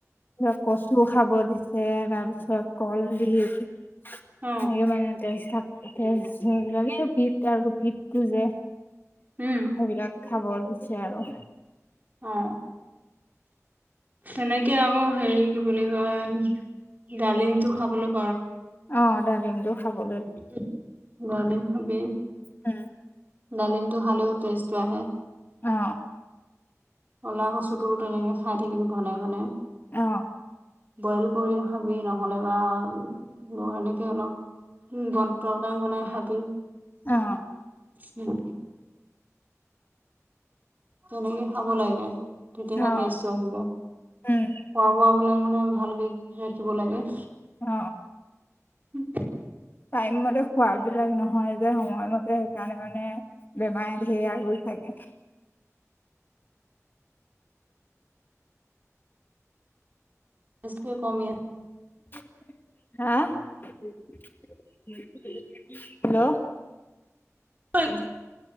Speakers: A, on the left (about 40°); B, on the right (about 35°).
A: তাৰ কচু খাব দিছে তাৰপিছত কলডিল হেৰি
B: অ
A: মানে তেজ তেজ নোলালে পিত আৰু পিটটো যে সেইবিলাক
B: উম
A: খাব দিছে আৰু
B: অ তেনেকে আকৌ হেৰি কি বুলি কয় ডালিমটো খাবলে
A: অ ডালিমটো খাব লাগে
B: উম। ডালিম খাবি
A: উ
B: ডালিমটো খালেও তেজটো আহে
A: অ
B: ক'লা কচুটোও তেনেকে খাই থাকিবি ঘনে ঘনে
A: অহ
B: বইল কৰি খাবি নহ'লে বা সেনেকে অলপ বন তৰকাৰী বনাই খাবি
A: অ
B: উম তেনেকে খাব লাগে, তেতিয়াহে
A: অ
B: তেজটো আহিব,
A: উম
B: খোৱা বোৱা সেবিলাক মানে ভালকে ৰাখিব লাগে।
A: অ
B: উম
A: টাইম মতে খোৱা বিলাক নহয় যে সময়মতে সেইকাৰণে মানে বেমাৰে ধেৰ আগুৰি থাকে <inaudible>
B: ইস্তবোৰ কমি আ
A: <unintelligible> হা হেল্ল'
B: হয়